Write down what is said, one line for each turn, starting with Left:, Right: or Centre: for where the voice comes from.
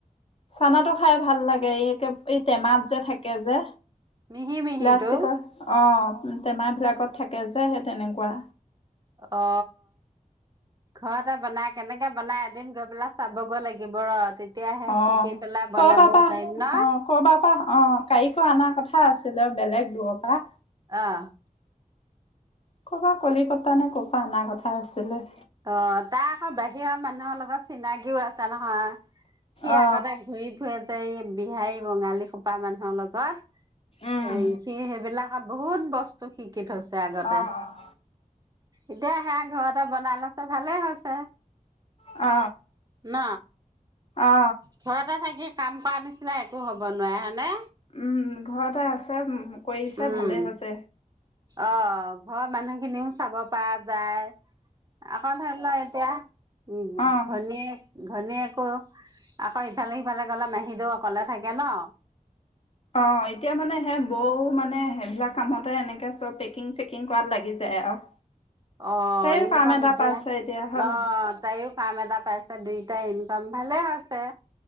Left: চানাটো খাই ভাল লাগে এই এই টেমাত যে থাকে যে।
Right: মিহি মিহিটো
Left: প্লাষ্টিকৰ অ'। টেমা বিলাকত থাকে যে সেই তেনেকুৱা।
Right: অ 'ঘৰতে বনাই কেনেকে বনাই এদিন গৈ পেলাই চাবগৈ লাগিব ৰ। তেতিয়াহে
Left: অ'
Right: শিকি পেলাই বনাবও
Left: ক বাবা
Right: পাৰিম ন
Left: অ ক বাপা অ' কাৰিকো অনা কথা আছে। আছিলে বেলেগ দূৰৰ পৰা।
Right: অহ',
Left: ক'ব কলিকতা নে ক'ব পৰা এনা কথা আছিলে।
Right: অ, তাৰ আকৌ বাহিৰৰ মানুহৰ লগত চিনাকিও আছে নহয়। সি
Left: অ
Right: আগতে ঘূৰি ফুৰে বিহাৰী বঙালী খোপা মানুহৰ লগত
Left: উম
Right: এই সি সেইবিলাক আৰু বহুত বস্তু শিকি থৈছে। আগতে
Left: অ ',
Right: এতিয়া আহে ঘৰতে বনাই ল ত ভালে হৈছে।
Left: অ।
Right: ন।
Left: অ
Right: ভয় এটা থাকি কাম কৰা নিচিনা একো হ'ব নোৱাৰে হয়নে?
Left: উম, ঘৰতে আছে উম কৰিছে
Right: উম
Left: ভালে হৈছে।
Right: অ ঘৰৰ মানুহখিনিও চাব পাৰা যায়। আকৌ ধৰি ল এতিয়া উম
Left: অ
Right: ঘৈনীয়েক ঘৈনীয়েকো আকৌ ইফালে সিফালে গলে মেহিটো অকলে থাকে ন?
Left: অ এতিয়া মানে সেই বৌ মানে সেইবিলাক কামতে এনেকে চব পেকিং - চেকিং কৰাত লাগি যায় আৰু।
Right: অ
Left: তাইও
Right: ইনকাম
Left: কাম এটা
Right: এতিয়া,
Left: পাইছে এতিয়া হয়
Right: অ তাই ফাৰ্ম এটা পাইছে দুইটা ইনকাম ভালে হৈছে।